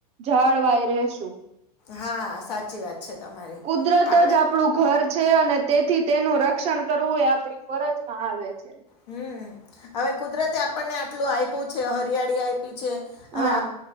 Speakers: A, on the right; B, on the left.
A: જાળવાય રહેશુ
B: હા, સાચી વાત છે, તમારી
A: કુદરત
B: આપણે
A: જ આપણું ઘર છે, અને તેથી તેનું રક્ષણ કરવું એ આપડી ફરજમાં આવે છે.
B: હમ હવે કુદરતે આપણને આટલું આપ્યું છે. હરિયાળી આપી છે, હવે
A: હા